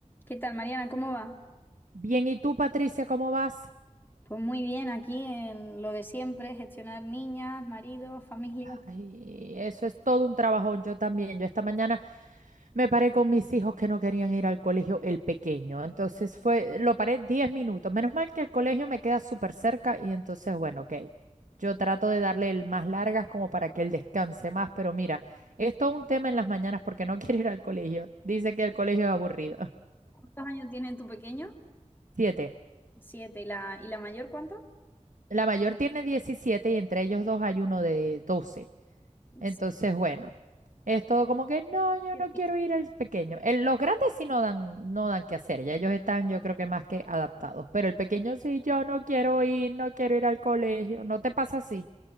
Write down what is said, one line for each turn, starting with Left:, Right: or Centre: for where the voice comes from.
Left: ¿Qué tal, Mariana? ¿Cómo va?
Right: Bien, ¿y tú, Patricia, cómo vas?
Left: Pues muy bien, aquí en lo de siempre, gestionar niñas, maridos, familia.
Right: Ay, eso es todo un trabajón. Yo también. Yo esta mañana me paré con mis hijos que no querían ir al colegio, el pequeño. Entonces fue, lo paré 10 minutos. Menos mal que el colegio me queda súper cerca y entonces, bueno, ok. Yo trato de darle el más largas como para que él descanse más, pero mira, es todo un tema en las mañanas porque no <laughs> quiere ir al colegio. Dice que el colegio es aburrido.
Left: ¿Cuántos años tiene tu pequeño?
Right: Siete.
Left: Siete. ¿Y la, y la mayor cuánto?
Right: La mayor tiene 17 y entre ellos dos hay uno de 12. Entonces,
Left: Sí,
Right: bueno, es todo como que no, yo
Left: diecisiete.
Right: no quiero ir al pequeño. El- los grandes sí no dan, no dan qué hacer, ya ellos están, yo creo que más que adaptados, pero el pequeño sí, yo no quiero ir, no quiero ir al colegio, ¿no te pasa así?